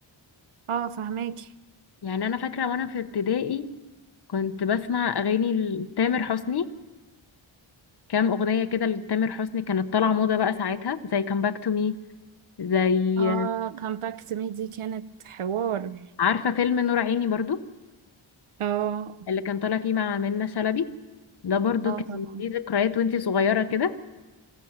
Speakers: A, on the right; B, on the left.
A: اه فهماكي
B: يعني انا فاكره وانا في ابتدائي كنت بسمع اغاني لتامر حسني كام اغنيه كده لتامر حسني كانت طالعه موضه بقى ساعتها زي كام باك تو مي زي
A: اه كامباكت مي دي كانت حوار
B: عارفه فيلم نور عيني برضو
A: اه
B: اللي كان طالع فيه مع منة شلبي ده برضو
A: اه
B: كان
A: طبعا
B: ليه ذكريات وانتي صغيره كده